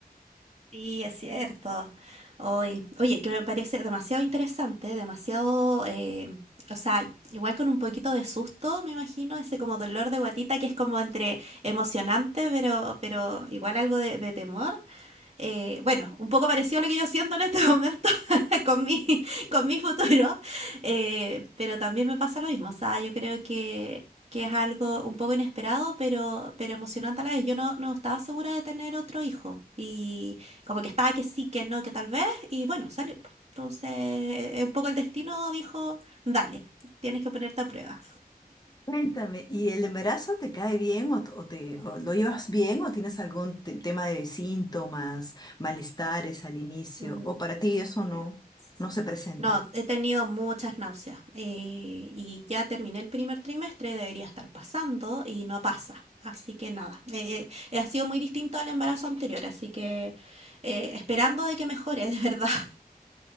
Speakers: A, on the right (about 45°); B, on the left (about 25°).
A: Sí, es cierto. Hoy, oye, que me parece demasiado interesante, demasiado, eh, o sea, igual con un poquito de susto, me imagino, ese como dolor de guatita que es como entre emocionante, pero, pero igual algo de, de temor. eh, bueno, un poco parecido a lo que yo siento en este momento <laughs> con mi, con mi futuro, eh, pero también me pasa lo mismo. O sea, yo creo que, que es algo un poco inesperado, pero, pero emocionante a la vez. Yo no, no estaba segura de tener otro hijo y como que estaba que sí, que no, que tal vez, y bueno, salió. Entonces, eh, un poco el destino dijo, dale, tienes que ponerte a prueba.
B: Cuéntame, ¿y el embarazo te cae bien o, t- o te o lo llevas bien o tienes algún te- tema de síntomas, malestares al inicio
A: Mm,
B: o para ti eso
A: mira.
B: no no se presenta?
A: No, he tenido muchas náuseas eh, y ya terminé el primer trimestre, debería estar pasando y no pasa. Así que nada, eh, eh, eh, ha sido muy distinto al embarazo anterior, así que eh, esperando de que mejore, de verdad. <laughs>